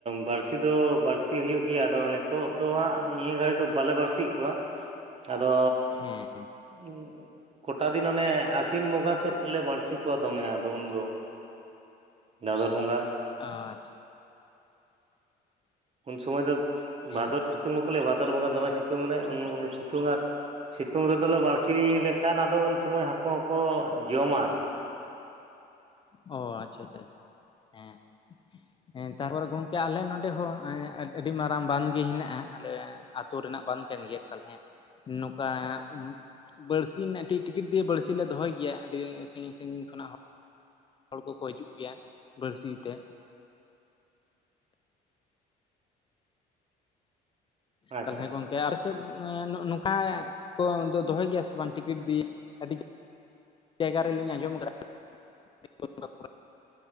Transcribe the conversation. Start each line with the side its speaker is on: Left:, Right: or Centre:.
Right: ᱵᱟᱲᱥᱤ ᱫᱚ ᱵᱟᱲᱥᱤ ᱦᱩᱭᱩᱜ ᱜᱮᱭᱟ ᱟᱫᱚ ᱱᱤᱛᱚᱜ ᱫᱚ ᱦᱟᱸᱜ ᱱᱤᱭᱟᱹ ᱜᱷᱟᱹᱲᱤᱡ ᱫᱚ ᱵᱟᱞᱮ ᱵᱟᱲᱥᱤᱭᱮᱫ ᱠᱚᱣᱟ᱾
Left: <inaudible>
Right: ᱟᱫᱚᱻ
Left: ᱦᱮᱸ
Right: ᱦᱩᱸ ᱠᱚᱴᱟ ᱫᱤᱱ ᱚᱱᱮ ᱟᱥᱤᱱ ᱵᱚᱸᱜᱟ ᱥᱮᱫ ᱞᱮ ᱵᱟᱬᱥᱤ ᱠᱚᱣᱟ ᱫᱚᱢᱮ ᱟᱫᱚ ᱩᱱᱫᱚ᱾ ᱵᱷᱟᱫᱚᱨ ᱵᱚᱸᱜᱟ,
Left: ᱟᱻ ᱪᱷᱟ᱾
Right: ᱩᱱ ᱥᱚᱢᱚᱭ ᱫᱚ
Left: ᱦᱮᱸ
Right: ᱵᱷᱟᱫᱚᱨ ᱥᱤᱛᱩᱝ ᱠᱟᱱᱟᱭ, ᱵᱷᱟᱫᱚᱨ ᱵᱚᱸᱜᱟ ᱫᱚᱢᱮ ᱥᱤᱛᱩᱝ ᱠᱟᱱᱟᱭ, ᱩᱱ ᱩᱱ ᱥᱤᱛᱩᱝᱟᱭ᱾ ᱥᱤᱛᱩᱝ ᱨᱮᱫᱚᱞᱮ ᱵᱟᱬᱥᱤ ᱞᱮᱠᱷᱟᱱ ᱟᱫᱚ ᱩᱱ ᱥᱢᱟᱹᱭ ᱦᱟᱹᱠᱩ ᱦᱚᱸᱠᱚ ᱡᱚᱢᱟ ᱟᱨᱠᱤ᱾
Left: ᱚ, ᱟᱪᱪᱷᱟ ᱟᱪᱪᱷᱟ ᱪᱷᱟ ᱦᱮᱸ᱾ ᱦᱮᱸ ᱛᱟᱨᱯᱚᱨᱮ ᱜᱚᱝᱠᱮ ᱟᱞᱮ ᱱᱚᱸᱰᱮ ᱮᱸ ᱟᱹᱰᱤ ᱢᱟᱨᱟᱝ ᱵᱟᱸᱫᱽᱜᱮ ᱦᱮᱱᱟᱜ-ᱟ ᱟᱞᱮ ᱟᱹᱛᱩ ᱨᱮᱱᱟᱜ ᱵᱟᱸᱫᱽ ᱠᱟᱱ ᱜᱮᱭᱟ ᱛᱟᱞᱦᱮ ᱱᱚᱝᱠᱟ, ᱩᱸᱜ ᱵᱟᱹᱲᱥᱤ ᱨᱮᱱᱟᱜ ᱴᱤ ᱴᱤᱠᱤᱴ ᱫᱤᱭᱮ ᱵᱟᱹᱲᱥᱤ ᱞᱮ ᱫᱚᱦᱚᱭ ᱜᱮᱭᱟ ᱟᱹᱰᱤ ᱥᱟᱜᱤᱧ ᱥᱟᱜᱤᱧ ᱠᱷᱚᱱᱟᱜ ᱦᱚᱸ ᱦᱚᱲ ᱠᱚᱠᱚ ᱦᱤᱡᱩᱜ ᱜᱮᱭᱟ ᱵᱟᱹᱲᱥᱤ ᱛᱮ᱾
Right: ᱟᱪᱪᱷᱟ
Left: ᱛᱟᱞᱦᱮ ᱜᱚᱝᱠᱮ ᱟᱨ ᱥᱮᱫ ᱱᱚ-ᱱᱚᱝᱠᱟ ᱠᱚ ᱫᱚᱦᱚᱭ ᱜᱮᱭᱟ ᱥᱮ ᱵᱟᱝ ᱴᱤᱠᱤᱴ ᱫᱤᱭᱮ? ᱟᱹᱰᱤ ᱡᱟᱭᱜᱟ ᱨᱮᱞᱤᱧ ᱟᱸᱡᱚᱢ ᱠᱟᱫᱟ <unintelligible>